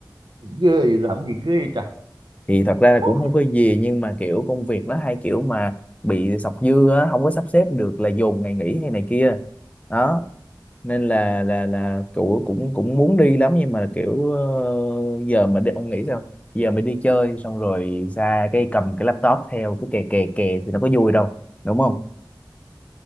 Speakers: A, on the right; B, on the left.
A: ghê làm gì ghê trời
B: thì thật ra là
A: khó
B: cũng không có gì nhưng mà kiểu công việc nó hay kiểu mà bị sọc dư á không có sắp xếp được là dồn ngày nghỉ hay này kia đó nên là là là cậu cũng cũng muốn đi lắm nhưng mà kiểu ờ, giờ mà đi ông nghĩ sao giờ mà đi chơi xong rồi ra cái cầm cái laptop theo cái kè kè kè thì nó có vui đâu đúng không